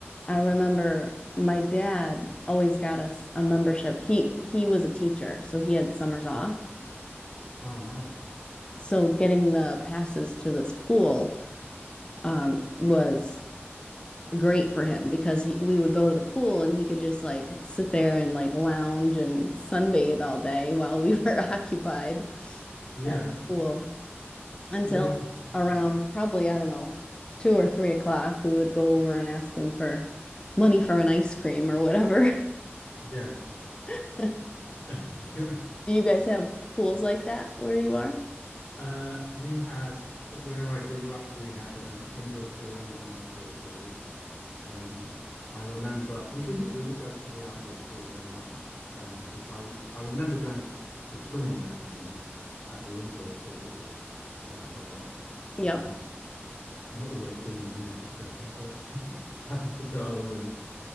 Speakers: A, on the left (about 20°); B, on the left (about 45°).
A: I remember my dad always got us a membership. He he was a teacher, so he had summers off.
B: Oh nice.
A: So getting the passes to this pool um, was great for him because he, we would go to the pool and he could just like sit there and like lounge and sunbathe all day while we were <laughs> occupied
B: Yeah.
A: at the pool until
B: Yeah. That's
A: around
B: nice.
A: probably, I don't know, two or three o'clock, we would go over and ask him for money for an ice cream or whatever.
B: Yes.
A: <laughs> Do
B: <laughs>
A: you guys have pools like that where you are?
B: Uh we had where I grew up, we had an indoor pool and an outdoor pool. Um, I remember we didn't really go to the outdoor pool very much, um, but I, I remember going to swimming lessons at the indoor pool quite a lot
A: Yep.
B: and not always being in the mood to go, but <laughs> having to go and